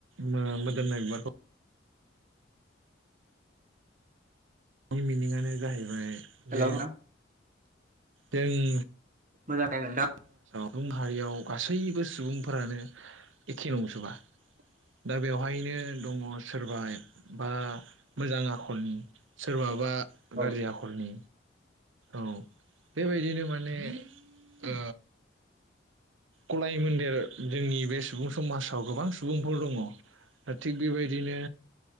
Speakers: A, on the right (about 85°); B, on the right (about 45°).
A: मोदोमनाय बिबारखौ नि मिनिंआनो जाहैबाय
B: हेल'
A: जे
B: नोंथां
A: दों
B: मोजां दे नोंथां
A: समाजाव <unintelligible> हायाव गासैबो सुबुंफोरानो एखे नंजोबा दा बेवहायनो दङ' सोरबा बा मोजां आखलनि सोरबाबा <unintelligible>
B: औ
A: गाज्रि आखलनि औ बेबायदिनो माने ओ गलाय मोन्देर जोंनि बे सुबुं समाजाव गोबां सुबुंफोर दङ' ओ थिग बेबायदिनो